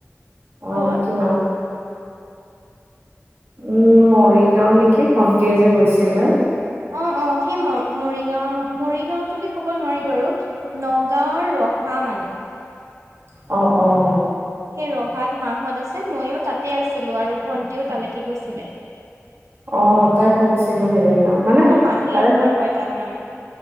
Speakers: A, on the right (about 55°); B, on the right (about 85°).
A: অ,
B: ক'ত?
A: কিমান? উম, মৰিগাঁও নেকি ভণ্টি যে গৈছিলে।
B: অ' অ' সেই ম মৰিগাঁও মৰিগাঁও বুলি ক'ব নোৱাৰি বাৰু নগাঁওৰ ৰহ হয় মানে।
A: অ' অ'
B: সেই ৰহাত মাহঁত আছে ময়ো তাতে আছিলো আৰু ভন্টিও তালৈকে গৈছিলে।
A: অ' তাই কৈয় ছিলে হেইদিনা মানে
B: মোৰ মাহীৰ
A: তাই
B: ঘৰ হয় তাত মানে।